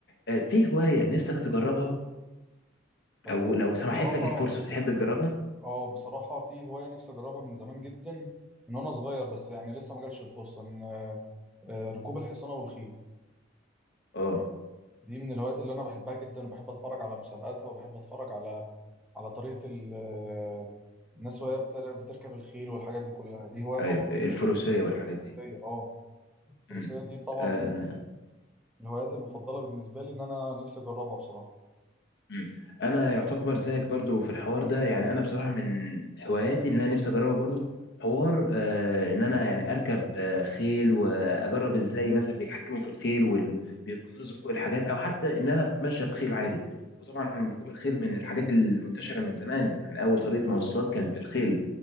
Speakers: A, on the left (about 55°); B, in the centre.
A: آه، في هوايه نفسك تجربها
B: آه،
A: او لو سمحت
B: بصراحة
A: لك الفرصه تحب تجربها
B: اه بصراحة في هواية نفسي اجربها من زمان جدا من وانا صغير بس يعني لسه ما جاتش الفرصة ان آه، آه، ركوب الحصانة والخيل
A: اه
B: دي من الهوايات اللي انا بحبها جدا وبحب اتفرج على مسابقاتها وبحب اتفرج على على طريقة ال- آه، الناس وهي بتر- بتركب الخيل والحاجات دي كلها دي هواية
A: ايوه
B: طبعا
A: الفروسيه
B: من هواياتي
A: والحاجات دي
B: الفروسية اه الفروسية
A: امم
B: دي طبعا
A: آه
B: الهوايات المفضلة بالنسبة لي إن أنا نفسي أجربها بصراحة
A: امم انا يعتبر زيك برضو في الحوار ده يعني انا بصراحه من هواياتي ان انا نفسي اجربها برضو حوار آه ان انا يعني اركب آه خيل واجرب ازاي مثلا بيتحكموا في الخيل وبيقفزوا فوق الحاجات او حتى ان انا اتمشى بخيل عادي وطبعا ركوب الخيل من الحاجات المنتشره من زمان يعني اول طريقه مواصلات كانت بالخيل